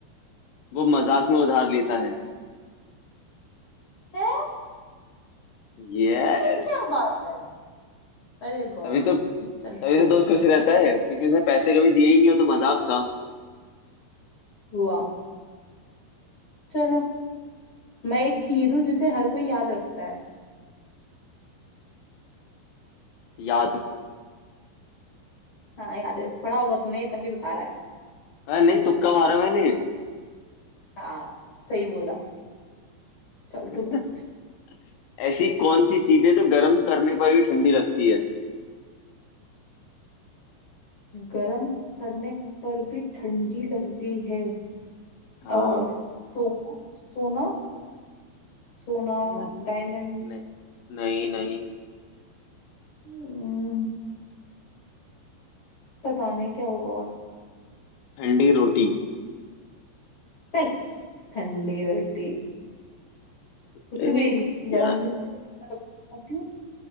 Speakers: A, on the left; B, on the left.
A: वो मजाक में उधार लेता है
B: है
A: यस
B: ये क्या बात है अरे गॉड
A: तभी तो तभी
B: चल छोड़
A: तो दोस्त खुश रहता है क्योंकि उसने पैसे कभी दिए ही नहीं हो तो मजाक था
B: हुआ चलो मैं एक चीज
A: हाँ,
B: हूँ जिसे हर कोई याद रखता है
A: याद
B: हाँ याद है पढ़ा होगा तूने तभी बता रहा है
A: हाँ नहीं तुक्का मारा मैंने
B: हाँ सही बोला चल
A: <laughs>
B: तू पूछ
A: ऐसी कौन सी चीज है जो गर्म करने पर भी ठंडी लगती है
B: गर्म करने पर भी ठंडी लगती है
A: हाँ
B: आ, सोना सोना सोना
A: नहीं
B: डायमंड
A: नहीं नहीं नहीं
B: हम्म, पता नहीं क्या होगा और
A: ठंडी रोटी
B: चल ठंडी रोटी कुछ
A: <laughs>
B: भी गरम
A: क्या
B: भी होती है मैं तो खाती हूँ